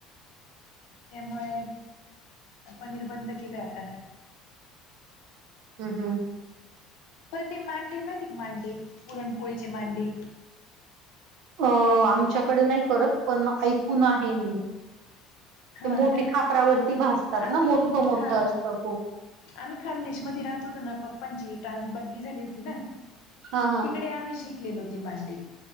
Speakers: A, on the left; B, on the right.
A: त्यामुळे पनीर बंद केलं आता.
B: हूं... हूं..
A: पर ते मांडे माहिती का, मांडे, पुरणपोळीचे मांडे?
B: अ आमच्याकडे नाही करत पण ऐकून आहे मी.
A: हा
B: ते मोठे
A: का
B: खापरावरती भाजतात
A: आम्ही
B: ना, मोठं-मोठं
A: हा
B: असतं खूप.
A: आम्ही खानदेश मध्ये राहत होतो ना, पप्पांची ट्रान बदली झाली होती ना.
B: हां, हां.
A: तिकडे आम्ही शिकलेलो ते मांडे